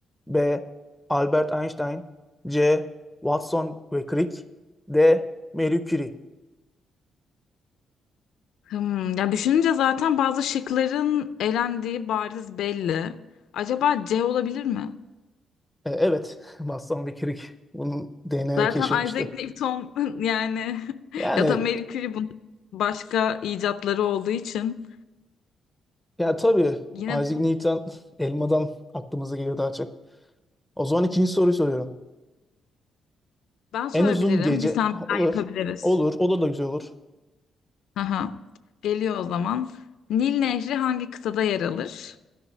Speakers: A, in the centre; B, on the left.
A: B. Albert Einstein C. Watson ve Crick D. Marie Curie
B: Hmm. Ya düşününce zaten bazı şıkların elendiği bariz belli. Acaba C olabilir mi?
A: Ee, evet. <laughs> Watson ve Crick bunun DNA'yı
B: Zaten
A: keşfetmişti.
B: Isaac Newton <laughs> yani <laughs>
A: Yani
B: ya da Marie Curie bunun başka icatları olduğu için
A: Ya tabii
B: yine
A: Isaac Newton <laughs> elmadan aklımıza geliyor daha çok. O zaman ikinci soruyu soruyorum.
B: Ben sorabilirim.
A: En uzun gece
B: Bir sen
A: Ha,
B: bir ben
A: olur.
B: yapabiliriz.
A: Olur. O da da güzel olur.
B: Aha. Geliyor o zaman. Nil Nehri hangi kıtada yer alır?